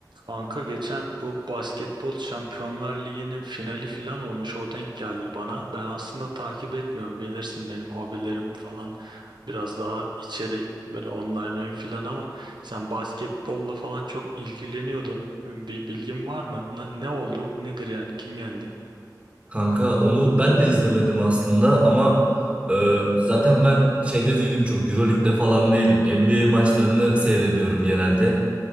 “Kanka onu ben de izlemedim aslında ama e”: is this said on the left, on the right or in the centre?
Right